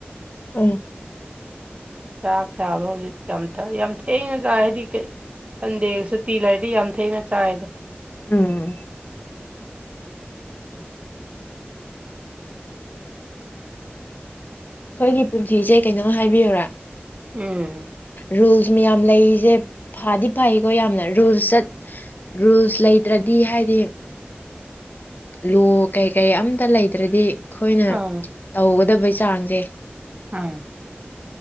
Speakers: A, on the left; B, on the right.
A: ꯎꯝ
B: ꯆꯥꯛ ꯆꯥꯕ ꯍꯧꯖꯤꯛ ꯌꯥꯝ ꯌꯥꯝ ꯊꯦꯡꯅ ꯆꯥꯏ ꯍꯥꯏꯗꯤ ꯁꯟꯗꯦ ꯁꯨꯇꯤ ꯂꯩꯔꯗꯤ ꯌꯥꯝ ꯊꯦꯡꯅ ꯆꯥꯏꯗ
A: ꯎꯝ ꯑꯩꯈꯣꯏꯒꯤ ꯄꯨꯟꯁꯤꯁꯦ ꯀꯩꯅꯣꯝ ꯍꯥꯏꯕꯤꯌꯨꯔꯥ
B: ꯎꯝ
A: ꯔꯨꯜꯁ ꯃꯌꯥꯝ ꯂꯩꯔꯤꯁꯦ ꯐꯗꯤ ꯐꯩꯀꯣ ꯌꯥꯝꯅ ꯔꯨꯜꯁ ꯆꯠ ꯔꯨꯜꯁ ꯂꯩꯇ꯭ꯔꯗꯤ ꯍꯥꯏꯗꯤ ꯂꯣ ꯀꯩꯀꯩ ꯑꯝꯇ ꯂꯩꯗ꯭ꯔꯗꯤ ꯑꯩꯈꯣꯏꯅ
B: ꯑꯥ
A: ꯇꯧꯒꯗꯕꯩ ꯆꯥꯡꯁꯦ
B: ꯑ